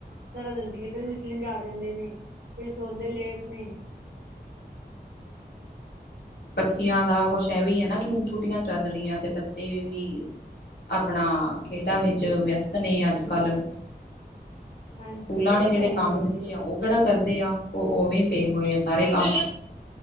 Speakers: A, on the right; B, on the left.
A: ਸਾਰਾ ਦਿਨ ਖੇਡਣ ਵਿੱਚ ਲੰਘਾ ਦਿੰਦੇ ਨੇ ਫਿਰ ਸੌਦੇ ਲੇਟ ਨੇ।
B: ਬੱਚਿਆਂ ਦਾ ਕੁਛ ਐਵੇਂ ਐ ਨਾ ਕਿ ਹੁਣ ਛੁੱਟੀਆਂ ਚੱਲ ਰੀਆਂ ਤੇ ਬੱਚੇ ਵੀ ਆਪਣਾ ਖੇਡਾਂ ਵਿੱਚ ਵਿਆਸਤ ਨੇ ਅੱਜ-ਕੱਲ੍ਹ।
A: ਹਾਂਜੀ
B: ਸਕੂਲਾਂ
A: ਇਹ
B: ਨੇ ਜਿਹੜੇ
A: ਤਾਂ ਹੈ ਹੀ
B: ਕੰਮ
A: ਹੈ
B: ਦਿੱਤੇ
A: ਜੀ
B: ਆ ਉਹ ਕਿਹੜਾ ਕਰਦੇ ਆ। ਉਹ ਉਵੇਂ ਪਏ ਹੋਏ ਆ ਸਾਰੇ ਕੰਮ।